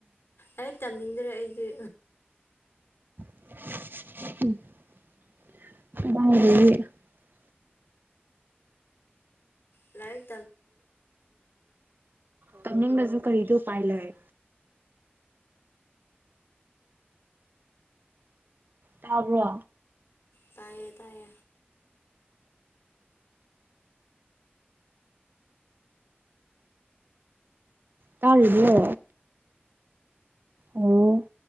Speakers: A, on the left; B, on the right.
A: ꯑꯩ ꯇꯝꯅꯤꯡꯗ꯭ꯔꯦ ꯑꯩꯗꯤ
B: ꯑꯦ
A: ꯂꯥꯏ
B: ꯇꯝꯅꯤꯡꯕꯁꯨ ꯀꯔꯤꯗꯤ ꯎꯄꯥꯏ ꯂꯩ ꯇꯥꯕ꯭ꯔ
A: ꯇꯥꯏꯦ ꯇꯥꯏ
B: ꯇꯥꯜꯔꯤꯕꯣ ꯑꯣ